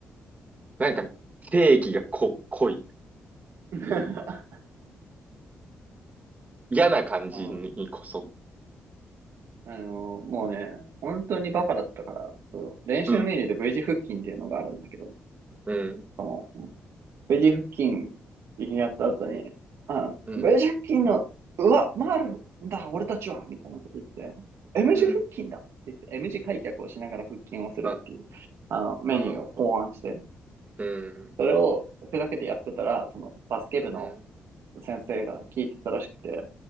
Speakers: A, on the right; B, on the right.
A: なんか、定義がこ、濃い。
B: <laughs>
A: 嫌な感じにこそ。
B: あの、あのもうね、本当にバカだったから、そう、練習メニューで
A: うん、
B: V 字腹筋っていうのがあるんだけど、
A: うん、
B: その V 字腹筋やった後に、あ、
A: うん、
B: V 字腹筋の、うわ、回るんだ、俺たちはみたいなこと言って、M
A: うん。
B: 字腹筋だって言って、M 字開脚をしながら腹筋をするっていう、
A: あ、
B: あの、メニューを考案して、
A: あうん、
B: それをふざけてやってたら、そのバスケ部の
A: うん、
B: 先生が聞いてたらしくて、